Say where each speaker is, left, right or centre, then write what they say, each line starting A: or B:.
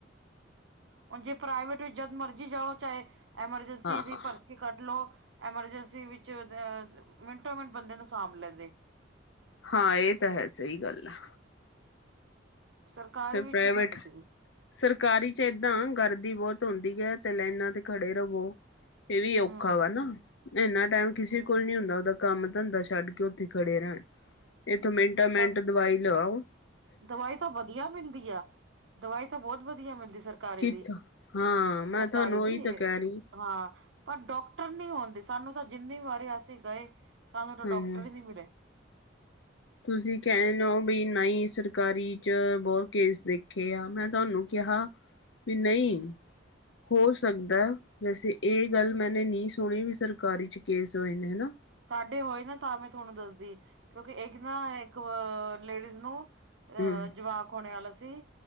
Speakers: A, on the right; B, on the left.
A: ਹੁਣ ਜੇ ਪ੍ਰਾਈਵੇਟ ਜਦ ਮਰਜੀ ਜਾਓ ਚਾਹੇ ਐਮਰਜੈਂਸੀ
B: ਹਾਂ
A: ਦੀ
B: ਹਾਂ
A: ਭਰ ਤੁਸੀਂ ਕੱਢ ਲੋ ਐਮਰਜੈਂਸੀ ਵਿੱਚ ਅ ਮਿੰਟੋ, ਮਿੰਟ ਬੰਦੇ ਨੂੰ ਸਾਂਭ ਲੈਂਦੇ।
B: ਹਾਂ ਇਹ ਤਾਂ ਹੈ ਸਹੀ ਗੱਲ ਆ।
A: ਸਰਕਾਰੀ
B: ਫਿਰ
A: ਵਿੱਚ
B: ਪ੍ਰਾਈਵੇਟ
A: ਨੀ ਪੁੱਛਦੀ
B: ਸਰਕਾਰੀ ਚ ਏਦਾਂ ਗਰਦੀ ਬਹੁਤ ਹੁੰਦੀ ਹੈ ਤੇ ਲਾਈਨਾਂ ਤੇ ਖੜੇ ਰਵੋ। ਇਹ ਵੀ ਔਖਾ
A: ਹਮ
B: ਵਾ ਨਾ ਇੰਨਾ ਟਾਈਮ ਕਿਸੇ
A: ਹਮ
B: ਕੋਲ ਨਹੀਂ ਹੁੰਦਾ ਉਹਦਾ ਕੰਮ ਧੰਦਾ ਛੱਡ ਕੇ ਉੱਥੇ ਖੜੇ ਰਹਿਣ ਇੱਥੋਂ ਮਿੰਟਾਂ, ਮਿੰਟ
A: ਦ
B: ਦਵਾਈ ਲਵਾਓ।
A: ਦਵਾਈ ਤਾਂ ਵਧੀਆ ਮਿਲਦੀ ਆ ਦਵਾਈ ਤਾਂ ਬਹੁਤ ਵਧੀਆ ਮਿਲਦੀ ਸਰ ਸਰਕਾਰੀ
B: ਕਿੱਥੋਂ
A: ਦੀ
B: ਹਾਂ ਮੈਂ
A: ਸਰਕਾਰੀ
B: ਤੁਹਾਨੂੰ
A: ਦੀ
B: ਉਹੀ ਤਾਂ
A: ਏ।
B: ਕਹਿ ਰਹੀ
A: ਹਾਂ ਪਰ ਡਾਕਟਰ ਨੀ ਹੋਂਦੇ ਸਾਨੂੰ ਤਾਂ ਜਿੰਨੀ ਵਾਰੀ ਅਸੀਂ ਗਏ ਸਾਨੂੰ ਤਾਂ ਡਾਕਟਰ
B: ਹੂੰ।
A: ਵੀ ਨੀ ਮਿਲੇ।
B: ਤੁਸੀਂ ਕਹਿ ਰਹੇ ਓ ਵੀ ਨਹੀਂ ਸਰਕਾਰੀ ਚ ਬਹੁਤ ਕੇਸ ਦੇਖੇ ਆ ਮੈਂ ਤੁਹਾਨੂੰ ਕਿਹਾ ਵੀ ਨਹੀਂ ਹੋ ਸਕਦਾ- ਵੈਸੇ ਇਹ ਗੱਲ ਮੈਨੇ ਨਹੀਂ ਸੁਣੀ ਵੀ ਸਰਕਾਰੀ ਚ ਕੇਸ ਹੋਏ ਨੇ ਹਨਾ।
A: ਸਾਡੇ ਹੋਏ ਨਾ ਤਾਂ ਮੈਂ ਤੁਹਾਨੂੰ ਦੱਸਦੀ ਕਿਉਂਕਿ ਇੱਕ ਨਾ ਇੱਕ ਲੇਡੀਜ਼ ਨੂੰ ਅਹ
B: ਹਮ
A: ਜਵਾਕ ਹੋਣੇ ਵਾਲਾ ਸੀ